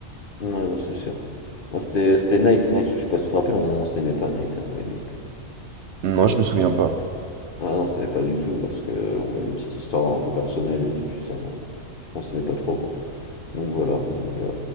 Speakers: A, on the left; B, on the right.
A: Ouais, non, c'est sûr. Moi, c'était c'était Nate, Nate, je sais pas si tu te rappelles, on, on s'aimait pas, Nate, moi et Nate.
B: Non, je me souviens pas.
A: Ah non, on savait pas du tout parce que on a eu une petite histoire un peu personnelle et depuis ça on, on s'aimait pas trop quoi. Donc voilà, donc euh,